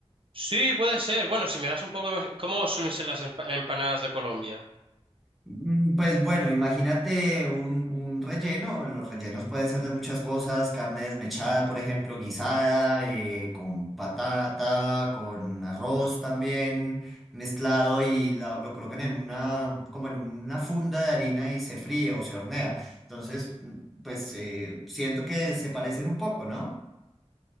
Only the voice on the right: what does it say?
Sí, puede ser. Bueno, si me das un poco, más- ¿cómo suelen ser las empa- empanadas de Colombia?